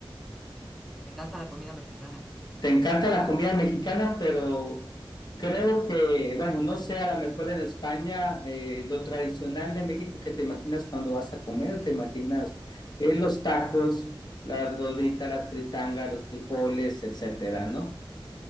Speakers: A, in the centre; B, on the left (about 50°).
A: me encanta la comida mexicana.
B: Te encanta la comida mexicana, pero creo que, bueno, no sé, a lo mejor en España, eh, lo tradicional de México que te imaginas cuando vas a comer, te imaginas eh, los tacos, las gorditas, las fritangas, los frijoles, etcétera, ¿no?